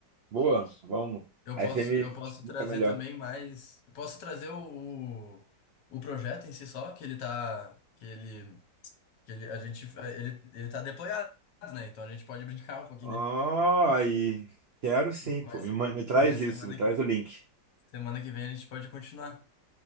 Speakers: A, on the right (about 70°); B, on the left (about 75°).
A: Boa, vamos.
B: Eu
A: Aí
B: posso,
A: você me
B: eu posso
A: explica
B: trazer
A: melhor.
B: também mais. Eu posso trazer o, o, o projeto em si só, que ele tá. Que ele. Que ele, a gente, ele, ele tá deployado, né? Então a gente pode <laughs> brincar um pouquinho,
A: Ah,
B: né?
A: aí. Quero sim,
B: Mas,
A: pô. Me, ma- me traz
B: mas
A: isso,
B: semana
A: me traz
B: que,
A: o link.
B: semana que vem a gente pode continuar.